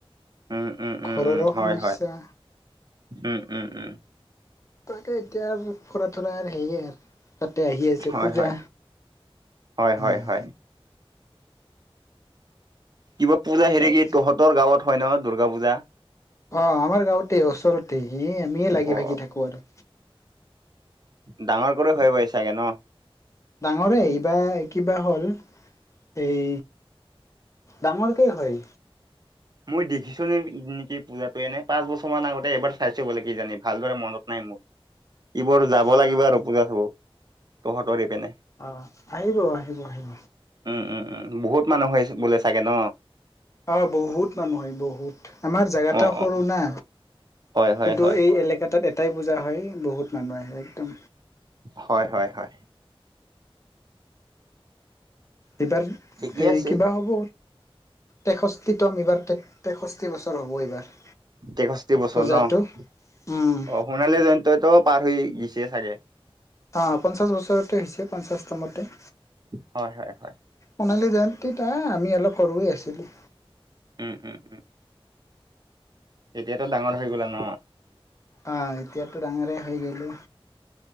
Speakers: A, on the right; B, on the left.
A: উম উম উম
B: ঘৰৰো
A: উম হয়
B: সমস্যা।
A: হয় উম, উম, উম।
B: তাকে এতিয়া ফুৰা থৰা হেৰি আৰু তাতে আহি আছে
A: হয়
B: পূজা।
A: হয় হয়
B: উম।
A: হয় হয় কিবা পূজা হেৰি
B: তাৰপিছত
A: কি তহঁতৰ গাঁৱত হয় নহ, দুৰ্গা পূজা?
B: অ', আমাৰ গাঁওতে ওচৰতে হে আমিয়ে লাগি-ভাগি
A: অ অ
B: থাকোঁ আৰু।
A: ডাঙৰ কৰি হয় <unintelligible> চাগে ন!
B: ডাঙৰে এই বা কিবা হ'ল, এই ডাঙৰ কেই হয়।
A: মই দেখিছো নে নেকি পূজাটো এনে পাঁচ বছৰ মান আগতে এবাৰ চাইছো বলে কিজানি ভালদৰে মনত নাই। <unintelligible> এই বোৰ যাব
B: আহ
A: লাগিব আৰু পূজা চাব তহঁতৰে পিনে।
B: অ আহিব আহিব আহিব
A: উম, উম, উম, বহুত মানুহ হৈ বোলে চাগে ন?
B: অ', বহুত মানুহ হয় বহুত। আমাৰ জোগাটা
A: অ',
B: সৰু
A: অ',
B: না!
A: হয়, হয়,
B: কিন্তু
A: হয়,
B: এই এলেকাতাত এটাই পূজা হয় বহুত মানুহ আহে একদম।
A: হয়, হয়, হয়।
B: এইবাৰ
A: ঠিকে
B: এই
A: আছে
B: কিবা হ'ব, তেষষ্ঠিতম এইবাৰ তে তেষষ্ঠি বছৰ হ'ব এইবাৰ।
A: তেষষ্ঠি বছৰ
B: পূজাটো
A: ন! অ',
B: উম
A: সোণালী জয়ন্তইতো পাৰ হৈ গ <unintelligible> চাগে।
B: অঁ, পঞ্চাছ বছৰতে হৈছে পঞ্চাছতমতে।
A: হয় হয় হয়।
B: সোণালী জয়ন্তীত আমি অলপ সৰুৱে আছিলোঁ।
A: উম, উম, উম, এতিয়াতো ডাঙৰ হৈ গ'লা ন?
B: অ এতিয়াতো ডাঙৰে হৈ গলো।